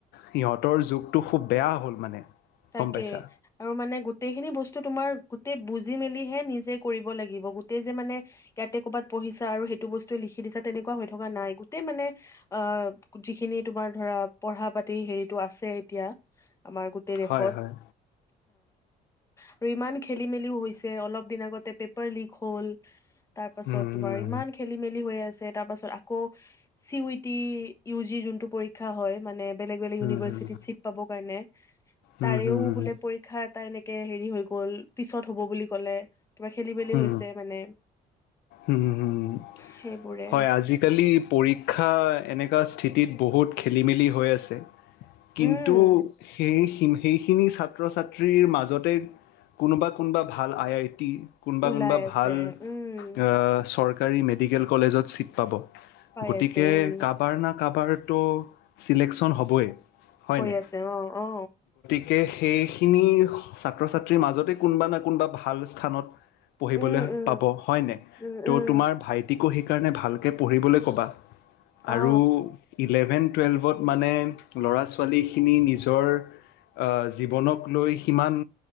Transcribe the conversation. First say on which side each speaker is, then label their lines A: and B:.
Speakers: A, on the left (about 75°); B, on the left (about 15°).
A: সিহঁতৰ যুগটো খুব বেয়া হ'ল মানে
B: তাকে
A: গম পাইছা
B: আৰু মানে গো গোটেইখিনি বস্তু তোমাৰ গোটেই বুজি মেলিহে নিজে কৰিব লাগিব গোটেই যে মানে ইয়াতে কৰ'বাত পঢ়িছা আৰু সেইটো বস্তু লিখি দিছা তেনেকুৱা হৈ থকা নাই গোটেই মানে আহ যিখিনি তোমাৰ ধৰা পঢ়া পাতি হেৰিটো আছে এতিয়া আমাৰ গোটেই দেশত
A: হয় হয়
B: আৰু ইমান খেলি মেলিও হৈছে অলপ দিন আগতে পেপাৰ লিক হ'ল তাৰ পাছত
A: উম উম
B: তোমাৰ ইমান খেলি মেলি হৈ আছে তাৰপাছত আকৌ C U T U G যোনটো পৰীক্ষা হয় মানে বেলেগ বেলেগ
A: উম
B: ইনিভাৰ্চিটিত
A: উম,
B: ছিট পাব কাৰণে তাৰেও
A: উম হুম
B: বোলে
A: হুম
B: পৰীক্ষাত এটা এনেকে হেৰি হৈ গ'ল পিছত হ'ব বুলি ক'লে কিবা খেলি মেলি
A: উম,
B: হৈছে মানে
A: উম, ওম ওম
B: সেইবোৰে
A: হয় আজিকালি পৰীক্ষা এনেকা স্থিতিত বহুত খেলিমেলি হৈ আছে । কিন্তু
B: উম
A: সেই, সেইখিনি ছাত্ৰ ছাত্ৰীৰ মাজতে কোনোবা কোনোবা ভাল আই আই টি । কোনোবা
B: ওলাই
A: কোনোবা
B: আছে
A: ভাল চৰকা
B: উম
A: চৰকাৰী মেডিকেল কলেজত ছিট পাব।
B: পাই
A: গতিকে
B: আছে উম
A: কাবাৰ না কাৰবাৰ তো চিলেকচন হ'বই। হয়
B: হৈ
A: নাই?
B: আছে অ অ।
A: গতিকে সেইখিনি ছাত্ৰ ছাত্ৰীৰ মাজতে কোনোবা নে কোনোবা ভাল স্থানত পঢ়িবলৈ
B: উম উম
A: পাব হয়নে
B: উম
A: ত'
B: উম
A: তোমাৰ ভাইটিকো শিক কাৰণে ভালকৈ পঢ়িবলৈ ক'বা ।
B: অ
A: আৰু ইলেভেন টুৱেলভত মানে ল'ৰা ছোৱালীখিনি নিজৰ জীৱনক লৈ সিমান